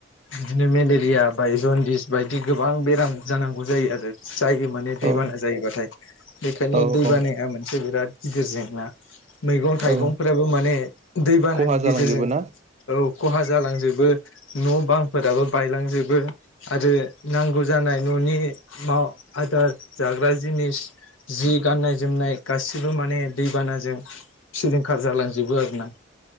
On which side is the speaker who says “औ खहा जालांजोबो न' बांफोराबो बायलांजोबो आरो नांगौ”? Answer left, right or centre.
Left